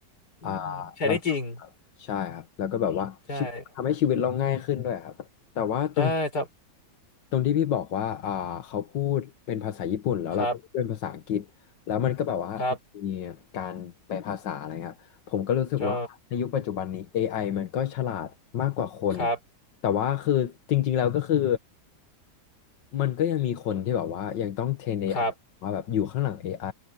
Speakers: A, on the left; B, on the left.
A: อืมใช้ได้จริง
B: อ่าเราใช่ครับแล้วก็แบบว่าชีวิตทำให้ชีวิตเราง่ายขึ้นด้วยครับแต่ว่าตรง
A: ใช่ใช่ครับ
B: ตรงที่พี่บอกว่าอ่าเขาพูดเป็นภาษาญี่ปุ่นแล้วเราก็พูดเป็นภาษาอังกฤษแล้วมันก็แบบว่ามี
A: ครับครับ
B: การแปลภาษาอะไรครับผมก็รู้สึกว่าในยุคปัจจุบันนี้
A: ใช่
B: a อไอมันก็ฉลาดมากกว่าคน
A: ครับ
B: แต่ว่าคือจริงๆแล้วก็คือ มันก็ยังมีคนที่แบบว่ายังต้องเทรน AI
A: ครับ
B: มาแบบอยู่ข้างหลัง AI